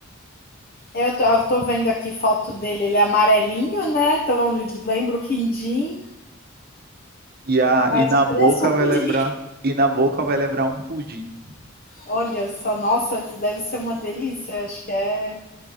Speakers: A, on the left; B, on the right.
A: Eu tô, eu tô vendo aqui foto dele, ele é amarelinho, né? Então ele lembra o quindim,
B: E, a,
A: mas
B: e na boca
A: parece um
B: vai
A: pudim.
B: lembrar, e na boca vai lembrar um pudim.
A: Olha só, nossa, deve ser uma delícia. Acho que é